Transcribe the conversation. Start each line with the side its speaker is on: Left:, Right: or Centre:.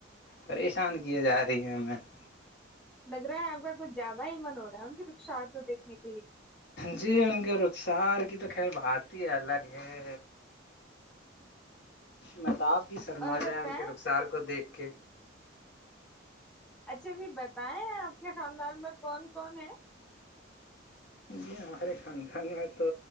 Left: پریش <unintelligible> پشان کی جا رہی ہیں ہمیں <unintelligible>
Centre: لگ رہا ہے آپ کا کچھ زیادہ ہی من ہو رہا ہے پھر شار کو دھنے کا
Left: جی ان کے رخ سار کی تو خیر بات ہی الگ ہے میں تو آپ کی سرما
Centre: اور بتائیں
Left: جائے ان کے رخسار کو دیکھ اوکے
Centre: اچھا بھی بتائیں آپ کے خاندان میں کون کون ہے
Left: جی ہمارے خان خان میں تو